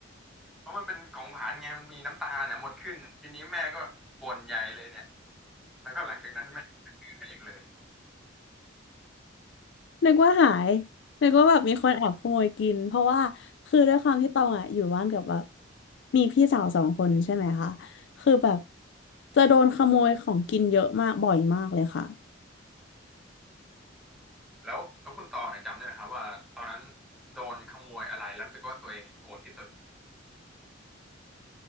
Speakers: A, in the centre; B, on the left.
A: เพราะมันเป็นของผ่านไงมันมีน้ำตาเนี่ยมดขึ้นทีนี้แม่ก็บ่นใหญ่เลยเนี่ยแล้วก็หลังจากนั้นแม่ก็่ซื้อให้อีกเลย
B: นึกว่าหายนึกว่าแบบมีคนแอบขโมยกินเพราะว่าคือด้วยความที่ตองอ่ะอยู่บ้านกับแบบมีพี่สาวสองคนใช่ไหมคะคือแบบจะโดนขโมยของกินเยอะมากบ่อยมากเลยค่ะ
A: แล้วแล้วคุณตองเนี่ยจำได้ไหมครับว่าตอนนั้นโดนขโมยอะไรแล้วรู้สึกว่าตัวเองเนี่ยโกรธที่สุด